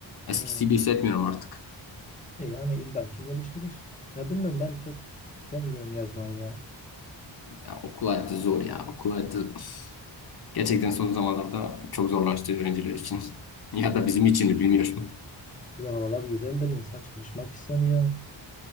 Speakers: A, on the left; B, on the left.
A: eskisi
B: Ha.
A: gibi hissetmiyorum artık.
B: E yani illaki geliştirir. Ne bilmiyorum ben çok istemiyorum yazmayı ya.
A: Ya okul hayatı zor ya okul hayatı gerçekten son zamanlarda çok zorlaştı öğrenciler için <laughs> ya da bizim için de bilmiyorum.
B: Bir de havalar güzeldir insan çalışmak istemiyor.